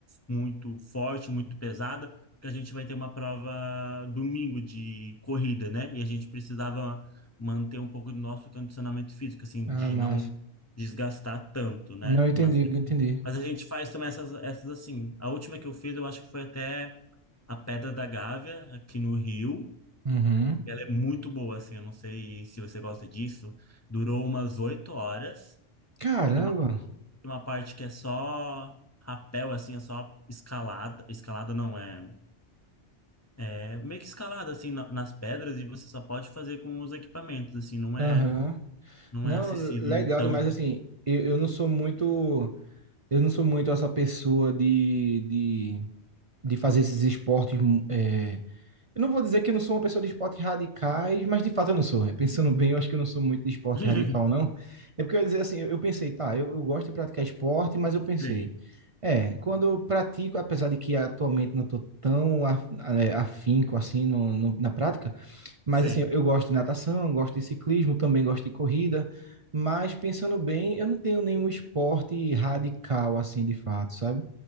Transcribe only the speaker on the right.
Ah,
massa.
Não entendi,
entendi.
Uhum.
Caramba.
Aham.
Não,
legal
demais assim. Eu, eu não sou muito, eu não sou muito essa pessoa de, de, de fazer esses esportes. hum, é, Eu não vou dizer que eu não sou uma pessoa de esportes radicais, mas de fato eu não sou. né? Pensando bem, eu acho que eu não sou muito de esporte
radical, não. É porque eu ia dizer assim, eu, eu pensei, tá, eu, eu gosto de praticar esporte, mas eu pensei,
é, quando eu pratico, apesar de que atualmente não estou tão af- é, afinco assim no, no- na prática. Mas
assim, eu gosto de natação, gosto de ciclismo, também gosto de corrida, mas pensando bem, eu não tenho nenhum esporte radical assim de fato, sabe?